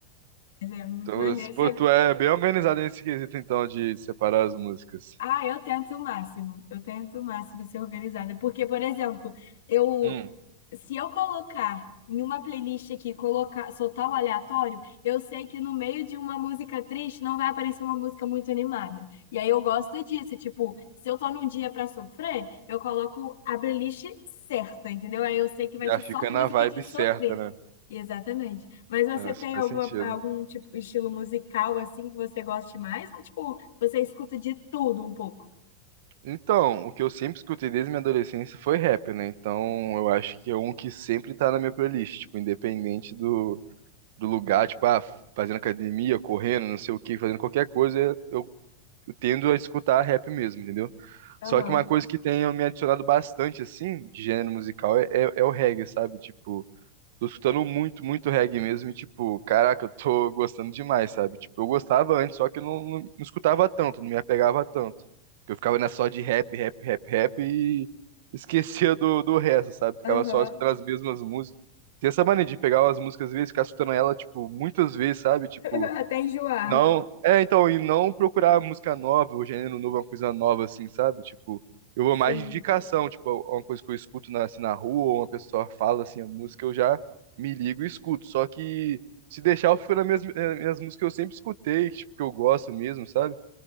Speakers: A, on the left; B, on the right.
A: Mas é muito
B: Então,
A: maneiro.
B: s- pô,
A: Você-
B: tu é bem organizado nesse quesito, então, de separar as músicas.
A: Ah, eu tento o máximo. Eu tento o máximo ser organizada. Porque, por exemplo, eu,
B: Hum.
A: se eu colocar em uma playlist aqui, colocar, soltar o aleatório, eu sei que no meio de uma música triste não vai aparecer uma música muito animada. E aí eu gosto disso, tipo, se eu tô num dia pra sofrer, eu coloco a playlist certa, entendeu? Aí eu sei que vai
B: Já
A: ser
B: fica
A: só música
B: na vibe
A: de
B: certa,
A: sofrer.
B: né?
A: Exatamente. Mas você
B: Não, isso
A: tem
B: faz
A: alguma,
B: sentido.
A: algum tipo estilo musical assim que você goste mais? Ou, tipo, você escuta de tudo um pouco?
B: Então, o que eu sempre escutei desde minha adolescência foi rap, né? Então, eu acho que é um que sempre tá na minha playlist, tipo, independente do, do lugar, tipo, ah, fazendo academia, correndo, não sei o que, fazendo qualquer coisa, eu, eu tendo a escutar rap mesmo, entendeu?
A: Aham.
B: Só que uma coisa que tem me adicionado bastante, assim, de gênero musical é, é, é o reggae, sabe? Tipo. Tô escutando muito, muito reggae mesmo. E, tipo, caraca, eu tô <laughs> gostando demais, sabe? Tipo, eu gostava antes, só que eu não, não, não escutava tanto, não me apegava tanto. Eu ficava nessa só de rap, rap, rap, rap e <laughs> esquecia do, do resto, sabe? Ficava
A: Aham.
B: só escutando as mesmas músicas. Tem essa mania de pegar umas músicas às vezes, ficar escutando ela, tipo, muitas vezes, sabe? Tipo.
A: <laughs> Até enjoar.
B: Não, é, então, e não procurar música nova, o gênero novo, uma coisa nova, assim, sabe? Tipo, eu vou
A: Sim.
B: mais de indicação, tipo, uma coisa que eu escuto na, assim, na rua, ou uma pessoa fala, assim, a música, eu já me ligo e escuto. Só que, se deixar, eu fico nas minhas, eh, minhas músicas que eu sempre escutei, tipo, que eu gosto mesmo, sabe?